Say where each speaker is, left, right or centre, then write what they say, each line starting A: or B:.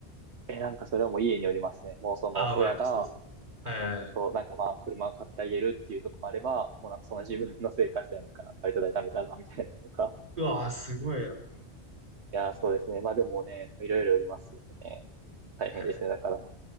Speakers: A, on the right (about 80°); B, on the right (about 50°).
A: え、なんかそれはもう家によりますね。もうその親が、
B: ああー、まあやっぱそうですよね。え
A: あと、なんかまあ、車を買ってあげるっていうとこもあれば、もうなんかその自分の生活やねんから、バイト代貯めたら、みたいなとか。
B: うわあ、すごいよ。
A: いやー、そうですね。まあでもね、いろいろよりますよね。大変ですね。
B: へえ。
A: だからまあ。